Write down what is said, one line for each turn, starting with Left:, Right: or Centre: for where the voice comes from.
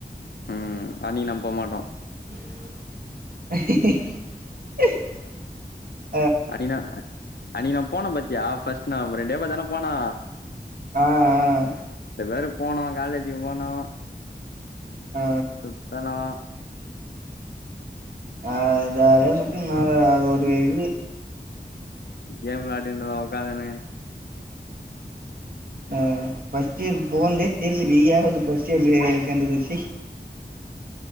Left: ம் அன்னிக்கு நம்ம போக மாட்டோ
Right: அஹு
Left: அன்னைக்கி நா அன்னைக்கி நா போன பத்தியா ஃபர்ஸ்ட் நாள் ரெண்டே பேர் தான போனோ
Right: ஆ ஆ
Left: எல்லாரு போனோ காலேஜி போனோ
Right: ஆ
Left: சுத்தனு
Right: ஆ ஜாலிய சுத்திர்தனோ அது ஒரு இது
Left: கேம் வெளையாடிந்தோ உட்காந்துனு
Right: ஆ ஃபஸ்ட்டியர் போன்தே தெர்ல வியாகது ஃபஸ்ட்டியர்ல செந்தது சீ